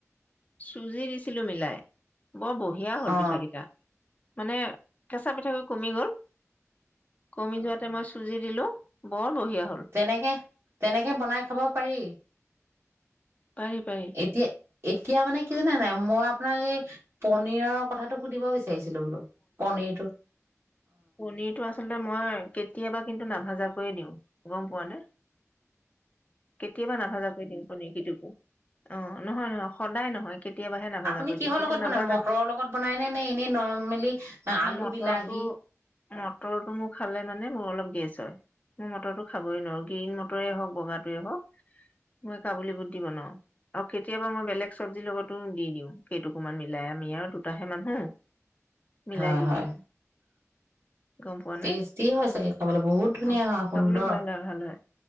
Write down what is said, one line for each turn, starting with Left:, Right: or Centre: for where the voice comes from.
Left: চুজি দিছিলোঁ মিলাই। বৰ বঢ়িয়া হ'ল
Right: অ
Left: পিঠা কেইটা। মানে, কেঁচা পিঠাবোৰ কমি গ'ল। কমি যোৱাতে মই চুজি দিলোঁ। বৰ বঢ়িয়া হ'ল
Right: তেনেকে--তেনেকে বনাই খাব পাৰি।
Left: পাৰি পাৰি
Right: এতিয়া-এতিয়া মানে কি জানে নাই মই আপোনাক এই পনিৰৰ কথাটো সুধিব বিচাৰিো চাইছিলো বোলো পনীৰটোত
Left: পনীৰটো আচলতে মই কেতিয়াবা কিন্তু নাভাজাকৈয়ে দিওঁ গম পোৱা নে কেতিয়াবা নাভাজাকয় দিওঁ পনকিটো অ নহয় নহয় সদায় নহয় কেতিয়াবাহে নাভাজা
Right: আপুনি
Left: কৰি দিওঁ
Right: কিহৰ
Left: কিন্তু
Right: লগত
Left: নাভাজা
Right: বনায় মটৰৰ লগত বনাইনেে নে এনেই নৰ্মেলি আলু
Left: মটৰটো
Right: বিলাহী
Left: মটৰটো মোৰ খালে মানে মোৰ অলপ গেছ হয় মোৰ মটৰটো খাবই নোৱাৰো গ্ৰীণ মটৰে হওক বগাাটোৱে হওক মই কাবুলী বুট দি বনাও আৰু কেতিয়াবা মই বেলেগ চব্জিৰ লগতো দি দিওঁ সেইটোকুমান মিলাই আমি আৰু দুটাহে মানুহ মিলাই
Right: হয়
Left: দি
Right: হয়
Left: দিওঁ গম পোৱা
Right: টেষ্টি
Left: নে
Right: হয় চাগে খাবলৈ বহুত ধুনীয়া
Left: অ
Right: হয়
Left: খাবলৈ
Right: সুন্দৰ
Left: ভাল হয় ভাল হয়